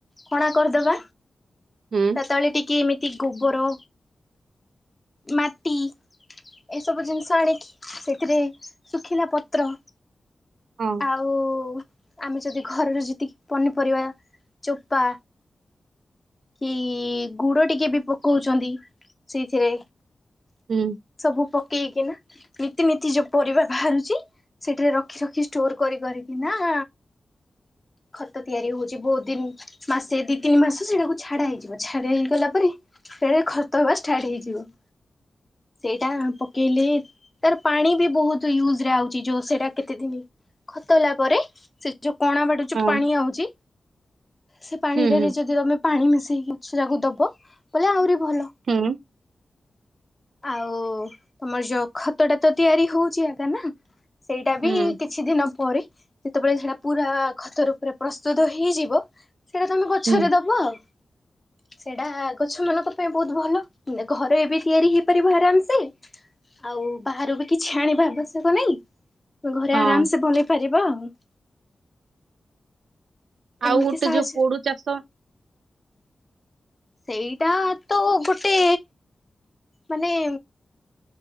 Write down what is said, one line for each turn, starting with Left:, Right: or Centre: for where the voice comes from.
Left: କଣା କରିଦବା
Right: ହୁଁ
Left: ତା ତଳେ ଟିକେ ଏମିତି ଗୋବର ମାଟି ଏସବୁ ଜିନିଷ ଆଣିକି ସେଥିରେ ଶୁଖିଲା ପତ୍ର
Right: ହଁ
Left: ଆଉ ଆମେ ଯଦି ଘରର ଯେିତିକି ପନିପରିବା ଚୋପା କି ଗୁଡ ଟିକେ ବି ପକଉଚନ୍ତି ସେଇଥିରେ
Right: ହୁଁ
Left: ସବୁ ପକେଇକି ନାଁ ନୀତିନୀତି ଯୋଉ ପରିବା ଭାରୁଚି ସେଠିରେ ରଖି ରଖି ଷ୍ଟୋର କରି କରିକି ନାଁ ଖତ ତିଆରି ହଉଛି। ବହୁତ ଦିନ ମାସେ ଦି ତିନି ମାସ ସେଇଟାକୁ ଛାଡା ହେଇଯିବ। ଛାଡା ହେଇଗଲା ପରେ ସେ ଖତ ହବା ଷ୍ଟାର୍ଟ ହେଇଯିବ। ସେଇଟା ପକେଇଲେ ତାର ପାଣି ବି ବହୁତ ୟୁଜ ରେ ଆଉଚି ଯୋଉ ସେଟା କେତେ ଦିନ ଖତ ହେଲା ପରେ ସେ ଯୋଉ କଣା ବାଟ ଯୋଉ
Right: ହଁ
Left: ପାଣି ଆଉଚି ସେ ପାଣିରେ
Right: ହୁଁ ହୁଁ
Left: ରେ ଯଦି ତମେ। ପାଣି ମିଶେଇିକି ଗଛ ଯାକୁ ଦବ ବୋଲେ ଆହୁରି ଭଲ।
Right: ହୁଁ
Left: ଆଉ ତମର ଯୋଉ ଖତ ଟା ତ ତିଆରି ହଉଚି ଏବେ ନା? ସେଇଟା ବି
Right: ହୁଁ
Left: କିଛି ଦିନ ପରେ ଯେତେବେଳେ ସେଟା ପୁରା ଖତ ରୂପରେ ପ୍ରସ୍ତୁତ ହେଇଯିବ। ସେଇଟା ତମେ ଗଛରେ
Right: ହୁଁ
Left: ଦବ ଆଉ। ସେଇଟା ଗଛ ମାନଙ୍କ ପାଇଁ ବହୁତ ଭଲ ଘରେ ବି ତିଆରି ହେଇପାରିବ ଆରାମୂ ସେ। ଆଉ ବାହାରୁ ବି କିଛି ଆଣିବା ଆବଶ୍ୟକ ନାହିଁ। ଘରେ
Right: ହଁ
Left: ଆରାମ ସେ ବନେଇ ପାରିବା ଆଉ।
Right: ଆଉ
Left: ଏମିତି
Right: ଗୋଟେ
Left: ସାହାଯ୍ୟରେ
Right: ଯୋଉ ପୋଡୁ ଚାଷ।
Left: ସେଇଟା ତ ଗୋଟେ ମାନେ